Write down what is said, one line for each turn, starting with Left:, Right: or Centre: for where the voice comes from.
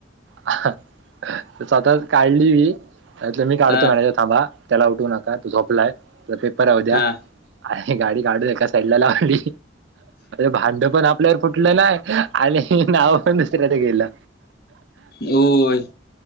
Right: हां स्वतःच काढली मी म्हटलं मी काढतो
Left: हा
Right: मॅनेजर. थांबा त्याला उठू नका तो झोपलाय त्याचा पेपर आहे उद्या.
Left: हा
Right: आणि गाडी काढून एका साईडला लावली. भांड पण आपल्यावर फुटलं नाही आणि नाव पण दुसऱ्याचं गेलं.
Left: होय.